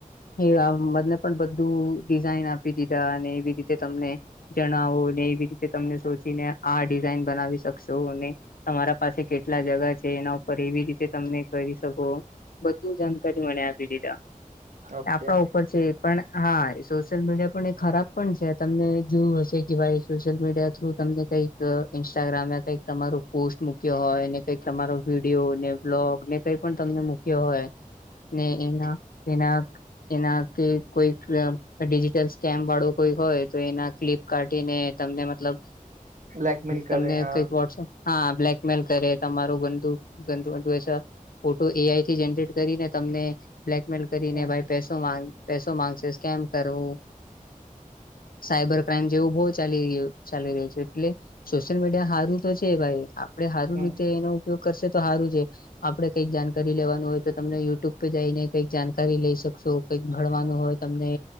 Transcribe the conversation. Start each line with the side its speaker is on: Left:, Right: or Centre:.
Left: એ આ બને પણ બધ બધું ડિઝઇન આપી દીધા અને એવી રીતે તમને જણાવો ને એવી રીતે તમને સોચીને આ ડિઝાઇન બનાવી શકશો તમારા પાસે કેટલા જગા છે, એના ઉપર એવી રીતે તમે કરી શકો બધું જાણકારી મને આપી દીધા
Right: ઓકે
Left: આપણા ઉપર છે. પણ હા એ સોશિયલ મીડિયા પણ એ ખરાબ પણ છે, તમને જોયું હશે કે ભાઈ સોશિયલ મીડિયા થ્રુ તમને કઈક ઇન્સ્ટાગ્રામમાં કઈક તમારો પોસ્ટ મૂક્યો હોય કઈ તમારો વિડીિયો ને બ્લોગ ને કઈ પણ તમને મૂક્યો હોય ને એના એના એના કે કોઈ ડિજિટલ સ્કેમ વાળું કોઈ હોય તો એના ફ્લિપ કઢીને તમને મતલબ
Right: બ્લેકમેલ કરે
Left: તમને
Right: હા
Left: કઈક વોટ્સપ હા બ્લેકમેલ કરે તમારો બુુ બંધુ ફોટો એઆઈ જરેટ કરીને તમને બ્લેકમેલ કરીને
Right: હમ
Left: ભ પ પસો માંગ સ્કેમ કરવું સાયબર ક્રાઈમ જેવું બહ ચાલી રહ ચાલી રહ્યું છે. એટલે સોશિયલ મીડિયા સારું તો છે, ભાઈ આપડે સારું
Right: હમ
Left: રીતે એનો ઉપગ કરશે તો સારું છે, આપડે કઈક જાણકારી હોય તો તમને યુટ્યુબ પે જઈને કંઈક જાણકારી લઈ શકશો કંઈક ભણવાનું
Right: હમ
Left: હોય તમને